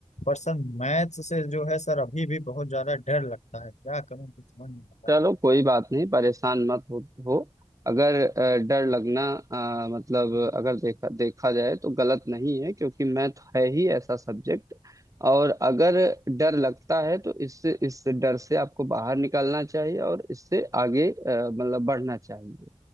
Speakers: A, on the left; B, on the right.
A: पर सर मैथ्स से जो है सर अभी भी बहुत ज़्यादा डर लगता है क्या करूँ कुछ समझ नहीं आता
B: चलो
A: है।
B: कोई बात नहीं परेशान मत हो, हो। अगर अ, डर लगना अ, मतलब अगर देखा देखा जाए तो गलत नहीं है क्योंकि मैथ है ही ऐसा सब्जेक्ट और अगर डर लगता है तो इससे इस डर से आपको बाहर निकलना चाहिए और इससे आगे अ, मतलब बढ़ना चाहिए